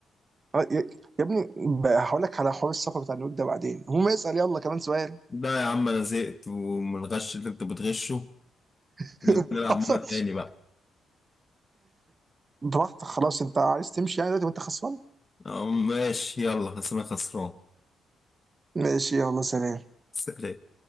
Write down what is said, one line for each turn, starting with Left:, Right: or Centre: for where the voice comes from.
Right: آه، يا يا ابني بقى هقول لك على حوار السفر بتاع النود ده بعدين هو ما يسأل يلا كمان سؤال
Left: لا يا عم أنا زهقت ومن الغش اللي أنت بتغشه
Right: <laughs>
Left: نبقى
Right: ما
Left: نلعب
Right: حصلش
Left: مرة تاني بقى
Right: براحتك خلاص انت عايز تمشي يعني دلوقتي وانت خسران
Left: أه، ماشي يلا أصل أنا خسران
Right: ماشي يلا سلام
Left: سلام